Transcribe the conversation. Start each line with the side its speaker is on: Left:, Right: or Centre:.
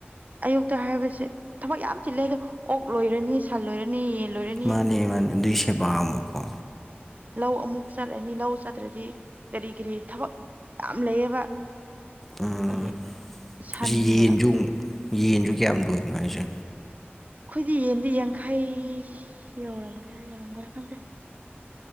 Right: ꯑꯌꯨꯛꯇ ꯍꯥꯏꯕꯁꯦ ꯊꯕꯛ ꯌꯥꯝ ꯆꯤꯠꯂꯦꯗꯣ ꯑꯣꯛ ꯂꯣꯏꯔꯅꯤ ꯁꯟ ꯂꯣꯏꯔꯅꯤ ꯌꯦ ꯑꯣꯛ ꯂꯣꯏꯔꯅꯤ
Centre: ꯃꯥꯅꯦ ꯃꯥꯅꯦ ꯑꯗꯨꯏ ꯁꯦꯕꯥ ꯑꯃꯨꯛꯀꯣ
Right: ꯂꯧ ꯑꯃꯨꯛ ꯆꯠꯂꯅꯤ ꯅꯠꯇ꯭ꯔꯗꯤ ꯀꯔꯤ ꯀꯔꯤ ꯊꯕꯛ ꯌꯥꯝ ꯂꯩꯌꯦꯕ
Centre: ꯎꯝ
Right: ꯑꯗꯨ ꯁꯟꯒ
Centre: ꯑꯁꯤ ꯌꯦꯟꯁꯨ ꯌꯦꯟꯁꯨ ꯀꯌꯥꯝ ꯂꯣꯏꯔꯤꯅꯣ ꯍꯥꯏꯁꯦ
Right: ꯑꯩꯈꯣꯏꯗꯤ ꯌꯦꯟꯗꯤ ꯌꯥꯡꯈꯩ ꯌꯧꯔꯝꯒꯗ꯭ꯔ ꯌꯧꯔꯝꯒꯗ꯭ꯔꯈꯪꯗꯦ